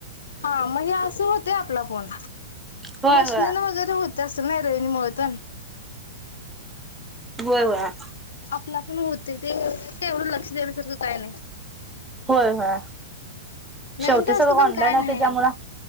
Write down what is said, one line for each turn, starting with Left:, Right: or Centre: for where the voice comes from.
Left: हा मग असं होतेय. आपला फोन
Centre: होय
Left: मशनिन
Centre: होय
Left: वगैरे होते असं नाही <unintelligible>
Centre: व्हय व्हय.
Left: आपला पण होते. ते एवढं लक्ष देण्यासारखं काय नाही.
Centre: होय होय.
Left: नवीन
Centre: शेवटी
Left: टास्क
Centre: सगळ
Left: पण
Centre: ऑनलाईन
Left: काय
Centre: आहे,
Left: नाही
Centre: त्याच्यामुळ